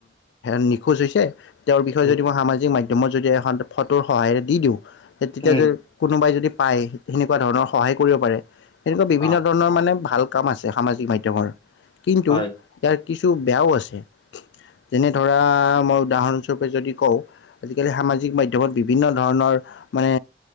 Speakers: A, on the left; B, on the left.
A: নিখোজ হৈছে তেওঁৰ বিষয়ে
B: উম,
A: যদি মই সামাজিক মাধ্যম মই যদি এখন ফটোৰ সহায়েৰে দি দিওঁ তেতিয়া
B: উম,
A: য কোনোবাই যদি পায়, সেনেকুৱা ধৰণৰ সহায় কৰিব পাৰে। এনেকুৱা বিভিন্ন
B: অ',
A: ধৰণৰ মানে ভাল কাম আছে সামাজিক মাধ্যমৰ। কিন্তু,
B: হয়।
A: ইয়াৰ কিছু বেয়াও আছে। যেনে ধৰা মই উদাহৰণস্বৰূপে যদি কওঁ আজিকালি সামাজিক মাধ্যম কেৱল বিভিন্ন ধৰণৰ মানে